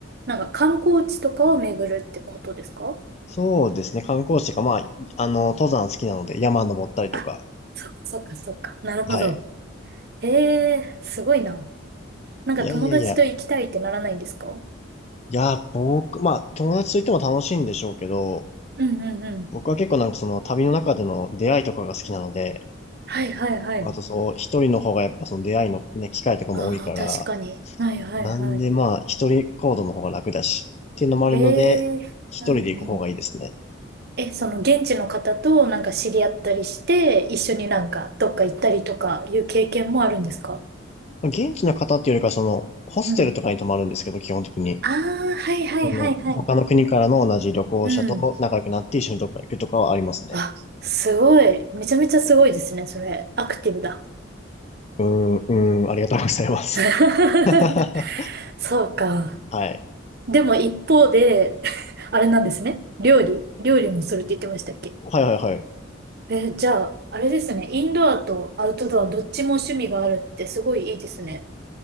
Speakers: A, on the right; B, on the left.
A: なんか観光地とかを巡るってことですか
B: そうですね、観光地とか、まあ、あの、登山好きなので、山登ったりとか、
A: あ、そっかそっかそっか。なるほど。
B: はい。
A: ええ、すごいな。なんか友達と行きたいってならないんですかうん
B: いやいやいや、いや、僕、まあ、友達といても楽しいんでしょうけど、
A: うんうん。
B: 僕は結構なんかその旅の中での出会いとかが好きなので、
A: はいはいはい。
B: あとそう、一人の方がやっぱその出会いのね、機会とかも多いから、
A: ああ、確かに。はいはいはい。
B: なんでまあ、一人行動の方が楽だし、っていうのもあるので、
A: へえ、
B: 一人で行く方がいいですね。
A: うんうん。え、その現地の方となんか知り合ったりして、一緒になんかどっか行ったりとかいう経験もあるんですか
B: まあ現地の方っていうよりか、その、ホステルとかに泊まるんですけど、
A: うん。
B: 基本的に。
A: ああ、はいはいはいはい。
B: あの他の国からの同じ旅行者と仲良くなって一緒にどっか行くとかはありますね。
A: うん。あ、すごい。めちゃめちゃすごいですね、それ。アクティブだ。
B: うーん、うーん、ありがとうございます。
A: <laughs>
B: <laughs> は
A: そうか。
B: い。
A: でも一方で、<laughs> あれなんですね。料理。料理もするって言ってましたっけ
B: はいはいはい。
A: え、じゃあ、あれですね。インドアとアウトドアどっちも趣味があるってすごいいいですね。